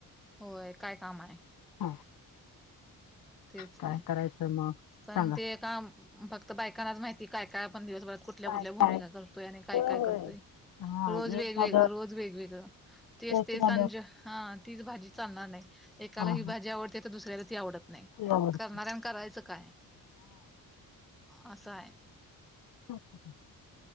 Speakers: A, in the centre; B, on the left.
A: होय काय काम आहे?
B: हा
A: तेच
B: काय
A: की
B: करायचं मग
A: पण
B: सांगा
A: ते का फक्त बायकांनाच माहिती काय काय पण दिवसभर कुठल्या
B: काय
A: कुठल्या भूमिका
B: काय
A: करतोय आणि काय
B: होय
A: काय
B: होय.
A: करतोय
B: हा
A: रोज वेगवेगळं
B: एक झालं
A: रोज वेगवेगळं तेच
B: एक
A: ते
B: झालं
A: सज हा तीच भाजी चालणार नाही एकाला
B: हा
A: ही
B: हा
A: भाजी आवड ते तर दुसऱ्याला ती आवडत नाही
B: आवडते
A: करणाऱ्या करायचं काय असं आहे
B: अच्छा